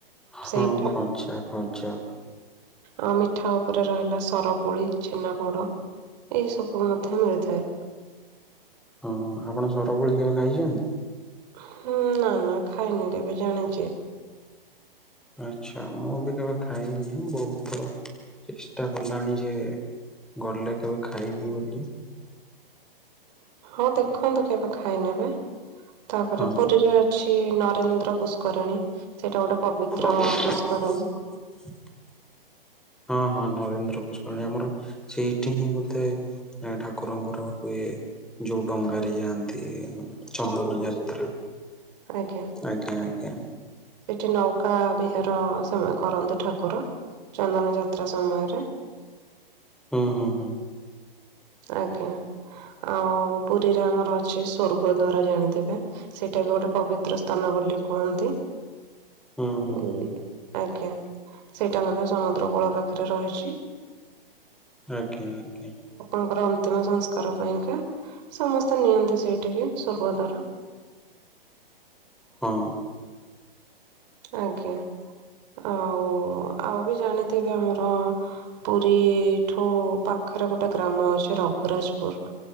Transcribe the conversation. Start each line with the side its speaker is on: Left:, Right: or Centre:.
Centre: ହଁ
Right: ସେଇଟା
Centre: ଖଜା ଖଜା।
Right: ଆଉ ମିଠା ଉପରେ ରହିଲା ସରପୁଳି, ଛେନାପୋଡ଼। ଏଇ ସବୁ ମଧ୍ୟ ମିଳିଥାଏ।
Centre: ହଁ ଆପଣ ସରପୁଳି କେବେ ଖାଇଛନ୍ତି?
Right: ହୁଁ ନା ନା ଖାଇନି କେବେ ଜାଣିଚି।
Centre: ଆଚ୍ଛା ମୁଁ ବି କେବେ ଖାଇନି ବହୁତ ଥର ଚେଷ୍ଟା କଲାଣି ଯେ ଗଲେ କେବେ ଖାଇବି ବୋଲି।
Right: ହଁ ଦେଖନ୍ତୁ କେବେ ଖାଇ ନେବେ। ତାପରେ
Centre: ହଁ
Right: ପୁରୀରେ ଅଛି ନରେନ୍ଦ୍ର ପୁଷ୍କରିଣୀ। ସେଇଟା ଗୋଟେ ପବିତ୍ର
Centre: <unintelligible>
Right: ପୁଷ୍କରିଣୀ
Centre: ହଁ ହଁ ନରେନ୍ଦ୍ର ପୁଷ୍କରିଣୀ ଆମର ସେଇଠି ହିଁ ବୋଧେ ଠାକୁରଙ୍କର ହୁଏ ଯୋଉ ଡଙ୍ଗାରେ ଯାଆନ୍ତି। ଚନ୍ଦନ ଯାତ୍ରା
Right: ଆଜ୍ଞା।
Centre: ଆଜ୍ଞା ଆଜ୍ଞା।
Right: ସେଠି ନୌକା ବିହାର ସେ କରନ୍ତି ଠାକୁର। ଚନ୍ଦନ ଯାତ୍ରା ସମୟରେ।
Centre: ହୁଁ ହୁଁ ହୁଁ।
Right: ଆଜ୍ଞା, ଆଉ ପୁରୀରେ ଆମର ଅଛି ସ୍ୱର୍ଗ ଦ୍ଵାରା ଜାଣିଥିବେ? ସେଇଟା ବି ଗୋଟେ ପବିତ୍ର ସ୍ଥାନ ବୋଲି କୁହନ୍ତି,
Centre: ହୁଁ ହୁଁ
Right: ଉ
Centre: ହୁଁ
Right: ଆଜ୍ଞା। ସେଇଟା ମଧ୍ୟ ସମୁଦ୍ର କୂଳ ପାଖରେ ରହିଛି।
Centre: ଆଜ୍ଞା ଆଜ୍ଞା।
Right: ଙ୍କର ଅନ୍ତିମ ସଂସ୍କାର ପାଇଁକା, ସମସ୍ତେ ନିଅନ୍ତି ସେଇଠିକି। ସ୍ୱର୍ଗଦ୍ୱାର।
Centre: ହଁ।
Right: ଆଜ୍ଞା। ଆଉ ଆଉ ବି ଜାଣିଥିବେ ଆମର ପୁରୀଠୁ ପାଖ ପାଖରେ ଗୋଟେ ଗ୍ରାମ ଅଛି ରଘୁରାଜପୁର